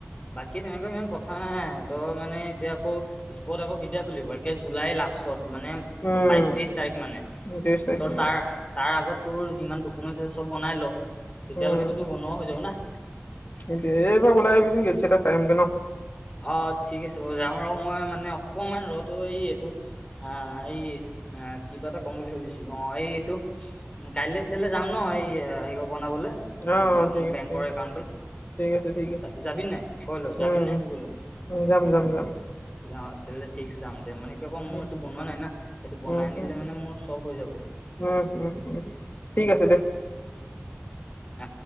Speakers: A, on the left (about 25°); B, on the left (about 50°).
A: বাকী তেনেকুৱা ইমান কথা নাই তই মানে এতিয়া আকৌ স্পট আকৌ কেতিয়া খুলিব একে জুলাই লাষ্টত মানে
B: উম,
A: বাইশ তেইশ তাৰিখ মানে
B: ত্ৰিশ তাৰিখ
A: ত'
B: মানে।
A: তাৰ তাৰ আগত তোৰ যিমান ডকুমেন্ট আছে চব বনাই ল। তেতিয়ালৈকেতো
B: উম
A: তোৰ বনোৱা হৈ যাব না।
B: এবাৰ ওলাই আহিবিচোন গেট <unintelligible>
A: অ' ঠিক আছে বাৰু যাম আৰু। মই মানে অকণমান ৰটো এই এইটো অ' এই অ' কিবা এটা ক'ম বুলি ভাবিছিলো অ'। অ' এই এইটো উ কাইলৈ তেতিয়াহাললে যাম ন এই বনাবলৈ
B: অ', ঠিক
A: মোৰ
B: আছে,
A: বেং একা
B: ঠিক আছে, ঠিক আছে, ঠিক আছে,
A: যাবি নাই কৈ ল যাবি
B: উম,
A: নে নাই সেইটো কৈ ল।
B: যাম যাম যাম।
A: অ ফিক্স দাম দ মানে ত ক মোৰ
B: উম,
A: এইটো বনোৱা নাই না এইটো বনাই
B: উম,
A: আনিলে
B: উম,
A: মানে মোৰ চব হৈ যাব
B: উম, উম, ঠিক আছে দে।
A: অ